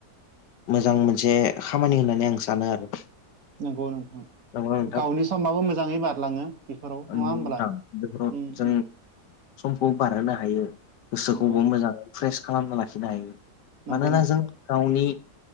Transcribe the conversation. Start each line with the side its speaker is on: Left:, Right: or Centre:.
Left: मोजां मोनसे खामानि होननानै आं सानो आरो।
Right: नंगौ नोंथाङा
Left: नंगौना नोंथां?
Right: गावनि समाबो मोजाङै बारलाङो बेफोराव नङा
Left: नंगौ
Right: होमब्ला?
Left: <unintelligible>
Right: उम
Left: जों
Right: उम
Left: समखौ बारहोनो हायो गोसोखौबो
Right: नंगौ
Left: मोजाङै फ्रेस खालामना लाखिनो हायो
Right: नंगौ
Left: मानोना
Right: नोंथां
Left: जों गावनि